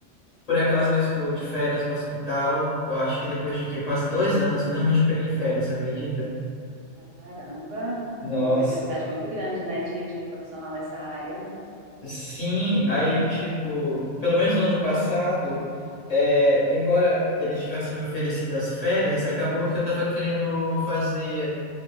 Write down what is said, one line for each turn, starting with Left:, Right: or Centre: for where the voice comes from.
Left: por acaso eu estou de férias do hospital, eu acho que depois de que, quase dois anos, finalmente eu peguei férias, você acredita?
Right: Caramba,
Left: Nossa.
Right: é uma necessidade muito grande, né, de, de profissional nessa área.
Left: Sim, aí, tipo, pelo menos no ano passado, é, embora eles tivessem me oferecido as férias, acabou que eu tava querendo fazer